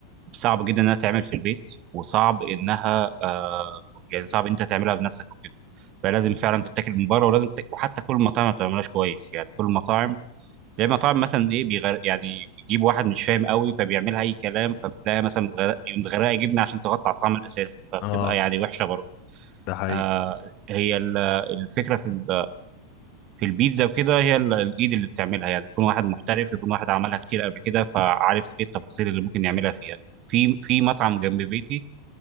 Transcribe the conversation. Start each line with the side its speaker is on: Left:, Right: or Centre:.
Right: صعب جدا انها تعمل في البيت وصعب انها آه، يعني صعب انت تعملها بنفسك وكده فلازم فعلا تتاكل من بره ولازم تك... وحتى كل المطاعم ما بتعملهاش كويس يعني كل المطاعم زي ما طبعا مثلا ايه بيغر يعني بيجيب واحد مش فاهم قوي فبيعملها اي كلام فبتلاقي مثلا متغرق- متغرقه جبنه عشان تغطي على الطعم الاساسي فبتبقى
Left: اه
Right: يعني وحشه برضه
Left: ده حقيقي
Right: آه هي ال- الفكره في ال- في البيتزا وكده هي ال- الايد اللي بتعملها يعني يكون واحد محترف يكون واحد عملها كتير قبل كده فعارف ايه التفاصيل اللي ممكن يعملها فيها في في مطعم جنب بيتي